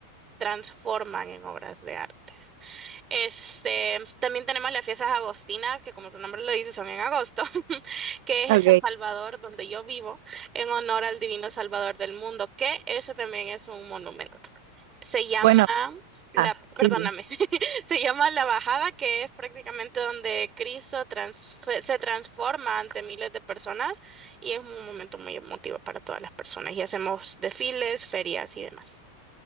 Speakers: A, on the right; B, on the right.
A: transforman en obras de arte. Este, también tenemos las fiestas agostinas, que como su nombre lo dice, son en agosto, <laughs> que es
B: ok.
A: en San Salvador, donde yo vivo, en honor al Divino Salvador del Mundo, que ese también es un monumento. Se llama
B: Bueno,
A: la,
B: ah,
A: perdóname,
B: sí, sí.
A: <laughs> se llama la Bajada, que es prácticamente donde Cristo trans- fue- se transforma ante miles de personas y es un momento muy emotivo para todas las personas. Y hacemos desfiles, ferias y demás.